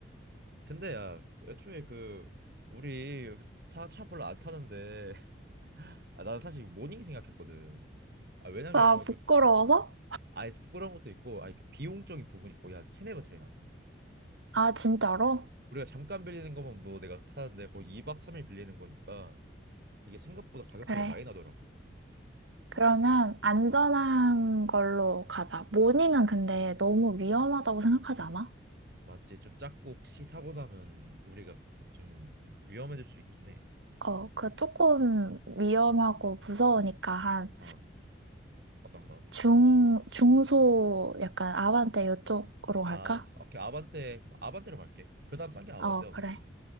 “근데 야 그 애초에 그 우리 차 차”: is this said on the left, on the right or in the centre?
Right